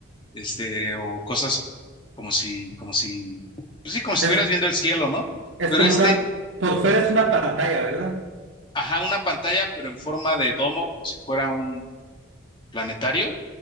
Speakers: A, on the left (about 25°); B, on the right (about 60°).
A: este, o cosas como si, como si, pues sí, como si
B: Es,
A: estuvieras viendo el cielo, ¿no?
B: es
A: Pero
B: como
A: este,
B: una, por fuera es una pantalla, ¿verdad?
A: ajá, una pantalla, pero en forma de domo, como si fuera un planetario